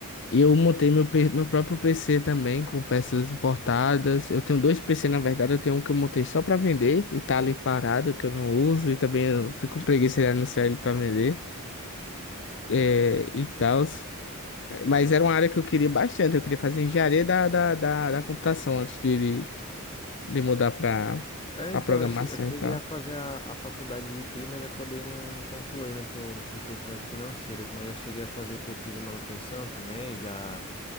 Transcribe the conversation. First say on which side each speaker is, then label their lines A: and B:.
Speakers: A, on the left (about 55°); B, on the left (about 25°).
A: E eu montei meu, pe- meu próprio PC também, com peças importadas. Eu tenho dois PC, na verdade, eu tenho um que eu montei só para vender e tá ali parado, que eu não uso, e também eu fico com preguiça de anunciar ele para vender, é, e tal. Mas era uma área que eu queria bastante, eu queria fazer engenharia da, da, da, da computação antes de de mudar para
B: É,
A: a
B: então,
A: programação
B: eu che- eu cheguei
A: e tal.
B: a fazer a, a faculdade de TI, mas acabei não, não concluindo por, por questões financeiras. Mas já cheguei a fazer curso de manutenção também, já,